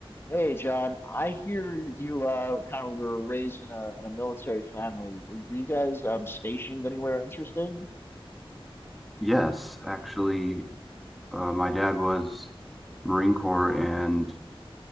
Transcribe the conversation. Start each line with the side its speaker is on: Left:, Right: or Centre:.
Left: Hey John, I hear you uh kind of were raised in a in a military family. Were you, were you guys um stationed anywhere interesting?
Centre: Yes, actually, uh, my dad was Marine Corps, and